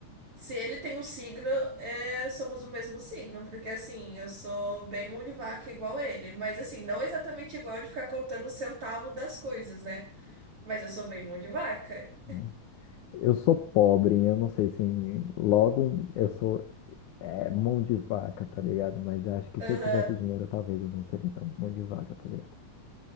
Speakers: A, on the right; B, on the left.
A: Se ele tem um signo, é, somos do mesmo signo, porque assim, eu sou bem mão de vaca igual ele, mas assim, não exatamente igual de ficar contando o centavo das coisas, né? Mas eu sou bem mão de vaca.
B: né? Eu sou pobre, eu não sei se logo eu sou É mão de vaca, tá ligado? Mas eu acho que
A: Aham.
B: se eu tivesse dinheiro, talvez eu não seria tão mão de vaca, tá ligado?